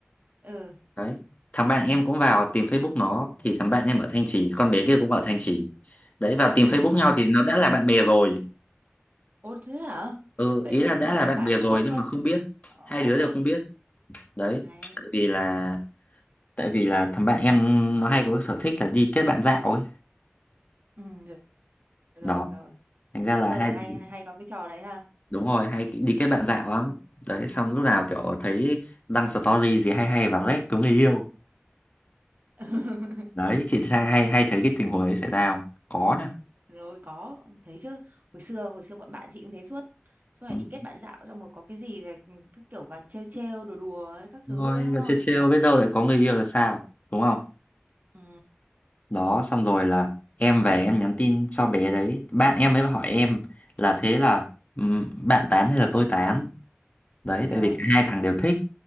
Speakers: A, on the right (about 50°); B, on the left (about 40°).
A: Ừ.
B: đấy thằng bạn em cũng vào tìm Facebook nó thì thằng bạn em ở Thanh Trì con bé kia cũng ở Thanh Trì đấy vào tìm Facebook
A: Ồ.
B: nhau thì nó đã là bạn bè rồi
A: Ồ, thế hả?
B: ừ
A: Vậy
B: ý
A: luôn,
B: là đã
A: tức là
B: là
A: kết
B: bạn
A: bạn
B: bè rồi
A: không biết
B: nhưng
A: luôn.
B: mà không biết
A: Ồ,
B: hai đứa đều không biết đấy
A: hay.
B: tại vì là tại vì là thằng bạn em nó hay có cái sở thích là đi kết bạn dạo ấy
A: Ừ, rồi
B: đó
A: rồi. rồi.
B: thành ra
A: xưa
B: là
A: là
B: hai
A: hay
B: đứa
A: hay hay có cái trò đấy ha
B: đúng rồi hay đi kết bạn dạo lắm đấy xong lúc nào kiểu thấy đăng story gì hay hay vào rep cứu người yêu
A: <laughs>
B: đấy chị hay hay hay thấy cái tình huống đấy xảy ra không có nhá
A: rồi có thấy chứ hồi xưa hồi xưa bọn bạn chị cũng thế suốt suốt ngày
B: Ừ.
A: đi kết bạn dạo xong rồi có cái gì về ừ, cứ kiểu vào trêu trêu đùa đùa ấy, các
B: Thôi,
A: thứ đấy đúng
B: và
A: không
B: chill chill biết đâu lại có người yêu là sao, đúng không?
A: ừ
B: Đó, xong rồi là em về em nhắn tin cho bé đấy, bạn em mới hỏi em là thế là ừm, bạn tán hay là tôi tán? Đấy, tại
A: ờ
B: vì cả hai thằng đều thích.